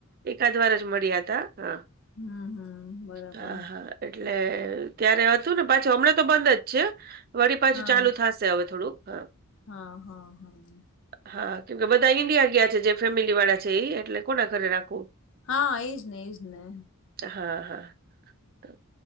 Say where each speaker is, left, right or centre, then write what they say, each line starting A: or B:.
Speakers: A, on the right; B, on the left.
A: એકાદ વાર જ મળ્યા હતા હા.
B: હમ હમ બરાબર
A: હા હા એટલે ત્યારે હતું ને પાછું હમણાં તો બંધ જ છે વળી પાછું
B: હા
A: ચાલુ થશે હવે થોડુંક હ
B: હા હા હા.
A: હા કેમ કે બધા ઈન્ડિયા ગિયા છે જે ફેમિલી વાળા છે એ એટલે કોના ઘરે રાખવું.
B: હા એજ ને એજ ને.
A: હા હા. તો